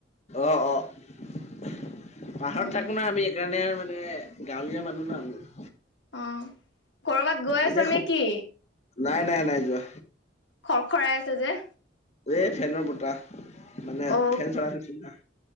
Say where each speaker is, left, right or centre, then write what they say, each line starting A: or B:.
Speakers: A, on the left (about 35°); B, on the left (about 70°).
A: অ অ পাহাৰত
B: উম
A: থাকো ন আমি এইকাৰণে আৰু মানে গাঁৱলীয়া মানুহ নহ আম
B: অ কৰবাত গৈ
A: এনে
B: আছা নে কি
A: নাই নাই নাই যোৱা
B: খৰ খৰাই আছে যে
A: এ ফেনৰ বতাহ মানে
B: অ
A: ফেন চলাই থচিলো